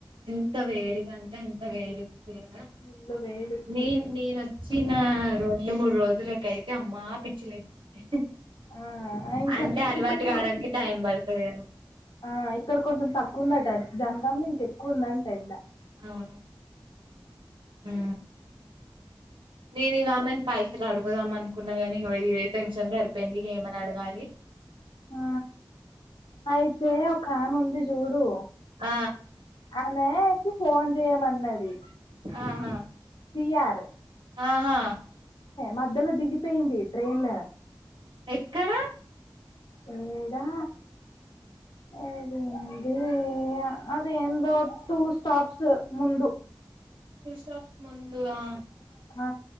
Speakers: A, on the right; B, on the left.
A: ఎంత వేడిగంటె అంత వేడిగు
B: ఫుల్లు వేడి
A: నీన్ నేన్ చ్చిన రెండు మూడు రోజులకైతే అమ్మా పిచ్చిలేసి
B: ఆ ఇంకా
A: అంటే అలవాటు
B: ఇక్కడ
A: కావడానికి టైం బడతది గద
B: ఆ ఇక్కడ కొంచెం తక్కువ ఉందట జనగా ఇంకెక్కువ ఉందంట ఎండ
A: అవును ఊ నేను ఇగ ఆమెను పైసలు అడుగుదామనుకున్న గాని ఇగో ఇదే టెన్షన్ సరిపేయింది ఇగ ఏమని అడగాలి
B: ఆ అయితే ఒకామే ఉంది చూడు
A: ఆ
B: ఆమె కి ఫోన్ చేయమన్నది
A: ఆహా
B: సీఆర్
A: ఆహా
B: మధ్యలో దిగిపోయింది ట్రైన్
A: ఎక్కడ
B: ఏడా ఎ ఏంది అది ఏందో టూ స్టాప్స్ ముందు
A: టు స్టాప్స్ ముందు ఆ
B: ఆ